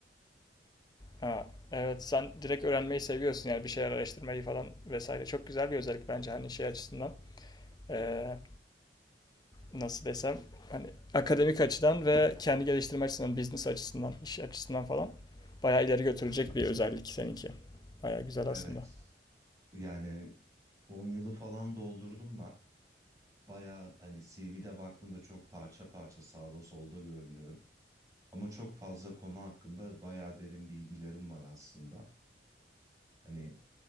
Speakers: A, on the left; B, on the right.
A: Ha, evet sen direkt öğrenmeyi seviyorsun yani bir şeyler araştırmayı falan vesaire. Çok güzel bir özellik bence hani şey açısından. eee, nasıl desem hani akademik açıdan ve kendi geliştirme açısından, business açısından, iş açısından falan bayağı ileri götürecek bir özellik seninki. Bayağı güzel
B: Evet.
A: aslında.
B: Yani on yılı falan doldurdum ben. Baya hani CV'de baktığında çok parça parça sağda solda görünüyorum. Ama çok fazla konu hakkında bayağı derin bilgilerim var aslında. Hani